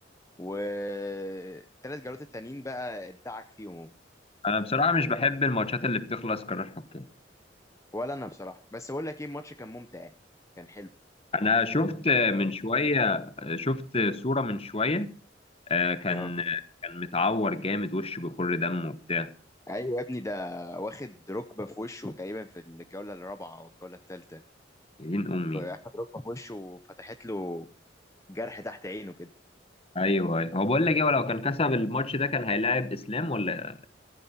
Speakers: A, on the left (about 15°); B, on the left (about 30°).
A: والثلاث جولات التانيين بقى ادعك فيهم
B: انا بصراحه مش بحب الماتشات اللي بتخلص قرار حكام
A: ولا انا بصراحه بس بقول لك ايه الماتش كان ممتع كان حلو
B: انا شفت من شويه شفت صوره من شويه آه، كان
A: اه
B: كان متعور جامد وشه بيخر دم وبتاع
A: ايوه يا ابني ده واخد ركبه في وشه تقريبا في الجوله الرابعه او الجوله الثالثه
B: يا دين امي
A: اخد ركبه في وشه وفتحت له جرح تحت عينه كده
B: ايوه أيوه. هو بقول لك ايه هو لو كان كسب الماتش ده كان هيلاعب اسلام ولا